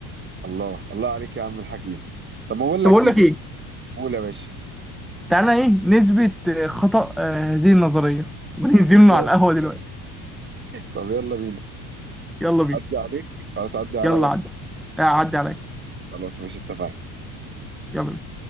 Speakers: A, on the right; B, in the centre.
A: الله الله عليك يا عم الحكيم طب ما أقول
B: بس
A: لك
B: بقول
A: إيه؟
B: لك ايه
A: قول يا باشا
B: تعالى ايه نثبت آه، خطأ آه، هذه النظرية <laughs> وننزل
A: إزاي؟
B: على القهوة دلوقتي
A: طب يلا بينا
B: يلا بينا
A: عدي عليك ولا تعدي عليا؟
B: يلا عدي آه، عدي عليا
A: خلاص ماشي اتفقنا
B: يلا بينا